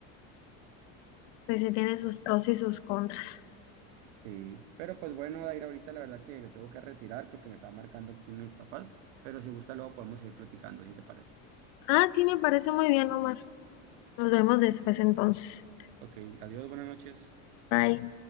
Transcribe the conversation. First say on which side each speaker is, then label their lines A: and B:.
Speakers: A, on the left; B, on the right.
A: Pues sí tiene sus pros y sus contras.
B: Sí, pero pues bueno, Dair, ahorita la verdad que me tengo que retirar porque me están marcando aquí mis papás, pero si gusta luego podemos seguir platicando, si te parece.
A: Ah, sí, me parece muy bien, Omar. Nos vemos después entonces.
B: Ok, adiós, buenas noches.
A: Bye.